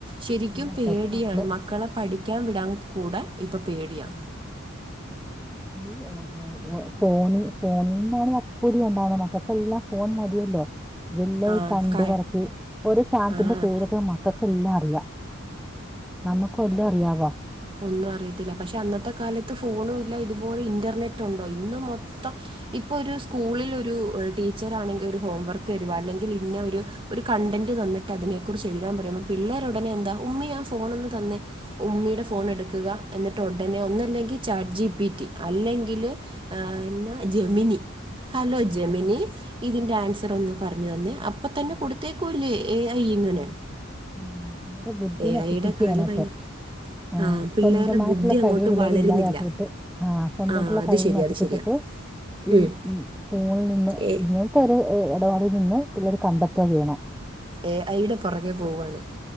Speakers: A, on the right; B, in the centre.
A: ശരിക്കും
B: ആ ഇപ്പഴത്തെ
A: പേടിയാണ്
B: മക്കള്
A: മക്കളെ പഠിക്കാൻ വിടാൻ കൂടെ ഇപ്പ പേടിയ
B: ഉം. ഈ ഓം ഓംഫോണി ഫോണിൽ നിന്നാണ് അപ്പടി ഉണ്ടാവണ് മക്കൾക്കെല്ലാം ഫോൺ മതിയല്ലോ ഇതല്ലാം
A: ആഹ്
B: കണ്ടു
A: ക
B: പറക്കി ഒരു സാനത്തിന്റെ
A: ആഹ്
B: പേരൊക്കെ മക്കൾക്കെല്ലാം അറിയാം നമ്മക്ക് വെല്ലോ അറിയാവോ
A: ഒന്നു അറിയത്തില്ല പക്ഷെ അന്നത്ത കാലത്ത് ഫോണും ഇല്ല ഇതുപോലെ ഇന്റർനെറ്റ് ഒണ്ടോ ഇന്ന് മൊത്തം ഇപ്പൊ ഒരു സ്കൂളിൽ ഒരു ടീച്ചർ ആണെങ്കി ഒരു ഹോംവർക്ക് തരുവ അല്ലെങ്കി ഇന്ന ഒരു ഒരു കണ്ടന്റ് തന്നിട്ട് അതിനെ കുറിച്ച് എഴുതാൻ പറയുമ്പ പിള്ളേർ ഒടനെ എന്താ ഉമ്മി ആഹ് ഫോണൊന്ന് തന്നെ ഉമ്മിടെ ഫോൺ എടുക്കുക എന്നി ട്ട ഒടനെ ഒന്നല്ലെങ്കി ചാട്ട് ജി പി റ്റി അല്ലെങ്കില് എന്ന ജെമിനി ഹലോ
B: ആ
A: ജെമിനി ഇതിൻ്റെ ആൻസർ ഒന്ന് പറഞ്ഞു തന്നേ അപ്പ തന്നെ കൊടുത്തേക്കുവല്ലേ എ ഐ ഇങ്ങനെ
B: ഉം ഇവടെ ബുദ്ധി
A: എ
B: നശിപ്പിക്കയാണ്
A: ഐയുടെ കാലമല്ലേ
B: അപ്പൊ ആഹ്
A: ആ പിള്ളേരുടെ
B: സ്വന്തമായിട്ടുള്ള
A: ബുദ്ധി അങ്ങോട്ട്
B: കഴിവ് പിള്ളേര്
A: വളരുന്നില്ല
B: ഇല്ലാതാക്കിട്ട് ആഹ് സ്വന്തമായിട്ടുള്ള
A: ആ അത്
B: കഴിവ്
A: ശരിയാ
B: നശിപ്പിച്ചിട്ട്
A: അത് ശരിയാ
B: ഈ
A: ഉം
B: ഫോണിൽ നിന്ന്
A: എ
B: ഇങ്ങനത്തെ ഒരു ഇടപാടിൽ നിന്ന് പിള്ളേര് കണ്ടെത്ത ചെയ്യണ
A: എ ഐടെ പൊറകെ പോവാണ്